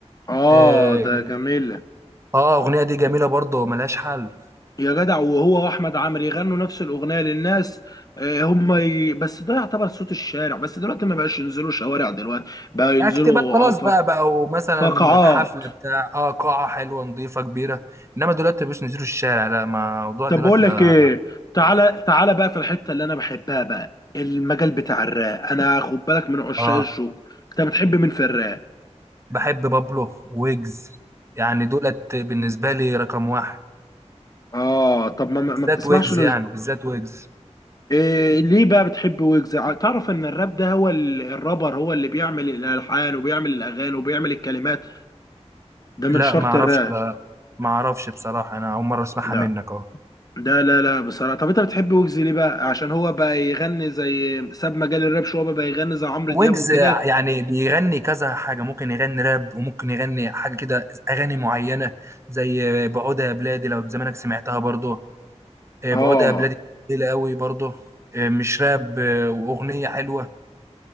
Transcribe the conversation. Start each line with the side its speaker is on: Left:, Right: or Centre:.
Left: اه
Right: آه
Left: ده جميل
Right: آه، أغنية دي جميلة برضو ملهاش حل
Left: يا جدع وهو واحمد عامر يغنوا نفس الاغنية للناس آه، هم ي... بس ده يعتبر صوت الشارع بس دلوقتي ما بقاش ينزلوا شوارع دلوقتي بقى ينزلوا
Right: أكتب بقى خلاص
Left: عفر
Right: بقى بقى مثلا
Left: فقاعات
Right: حفلة بتاع آه قاعة حلوة نظيفة كبيرة إنما دلوقتي مش نزلوا الشارع لا ما الموضوع
Left: طب
Right: دلوقتي
Left: بقول لك
Right: بقى
Left: ايه تعالى تعالى بقى في الحتة اللي انا بحبها بقى المجال بتاع الراب انا خد بالك من عشاق
Right: آه
Left: الشوق انت بتحب مين في الراب
Right: بحب بابلو ويجز يعني دولت بالنسبة لي رقم واحد
Left: اه طب ما ما ما
Right: بالذات
Left: بتسمعش
Right: ويجز يعني بالذات ويجز
Left: إيه ليه بقى بتحب ويجز ع- تعرف ان الراب ده هو ال- الرابر هو اللي بيعمل الالحان وبيعمل الاغاني وبيعمل الكلمات ده
Right: لا
Left: من شرط
Right: ما اعرفش
Left: الراب
Right: لا ما اعرفش بصراحة انا اول مرة اسمعها
Left: ده
Right: منك اهو
Left: ده لا لا بصراحه طب انت بتحب ويجز ليه بقى عشان هو بقى يغني زي ساب مجال الراب شويه بقى, بقى يغني زي عمرو
Right: ويجز
Left: دياب وكده
Right: يعني بيغني كذا حاجة ممكن يغني راب وممكن يغني حاجة كده اغاني معينة زي بعودة يا بلادي لو زمانك سمعتها برضه آه،
Left: اه
Right: بعودة يا بلادي تقيلة قوي برضه آه، مش راب آه، واغنية حلوة